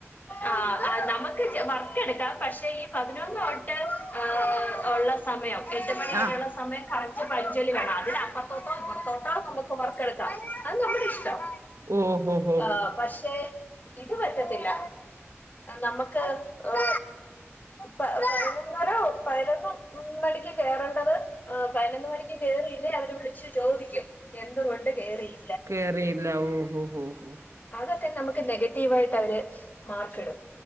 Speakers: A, on the left (about 35°); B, on the right (about 80°).
A: ആ നമുക്ക് വർക്ക് എടുക്കാം പക്ഷേ ഈ പതിനൊന്ന് തൊട്ട് ആ ഉള്ള സമയം എട്ട് മണി
B: ആ
A: വരെയുള്ള സമയം കറച്ച് പഞ്ചലി വേണം അതില് അപ്പറത്തോട്ടോ ഇപ്പറത്തോട്ടോ നമുക്ക് വർക്കെടുക്കാം അത് നമ്മടെ ഇഷ്ടം
B: ഓഹോ
A: ആ പക്ഷെ ഇത് പറ്റത്തില്ല നമ്മക്ക് ഏ പതിനൊന്നര പതിനൊന്നണിക്ക് കേയറേണ്ടത് ആ പതിനൊന്ന് മണിക്ക് കേയറിയില്ലേ അവര് വിളിച്ച് ചോദിക്കും എന്തുകൊണ്ട് കേറിയി
B: കേറിയില്ല ഓഹോ ഓഹോ ഹോ
A: അതൊക്കെ നമുക്ക് നെഗറ്റീവായിട്ട് അവര് മാർക്കിടും